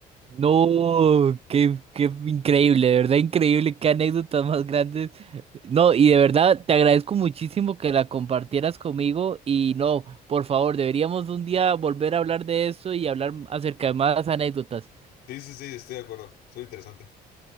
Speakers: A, on the right; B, on the left.
A: No, qué, qué increíble, de verdad increíble, qué anécdotas más grandes. No, y de verdad te agradezco muchísimo que la compartieras conmigo y no, por favor, deberíamos un día volver a hablar de eso y hablar acerca de más anécdotas.
B: Sí, sí, sí, estoy de acuerdo. Estuvo interesante.